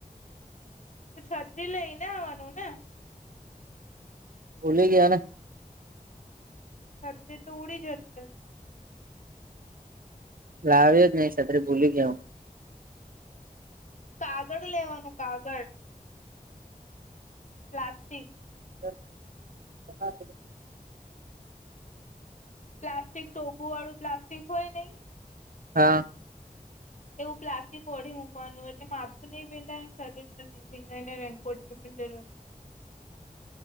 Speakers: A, on the left (about 55°); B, on the right (about 70°).
A: છાત્રી લઈને આવવાનું ને
B: ઉલે ગના
A: છત્રી તો ઉડી જતી
B: લાવ્યો જ નહી સાતરે ભૂલી ગયા હું
A: કાગળ લેવાનું કાગળ પ્લાસ્ટિક
B: હ હ
A: પ્લાસ્ટ્ટિક ટોપુ આું પ્લાસ્ટ્ટિક હોય નઈ
B: હા
A: એવું પ્લાસ્ટિક ઓઢી મૂકવાનું એટલે માથું નહી ભેડાય શરીર પણ નહી ભિન્નનેકોર્ટ ની પણ જરૂરત નહી પડે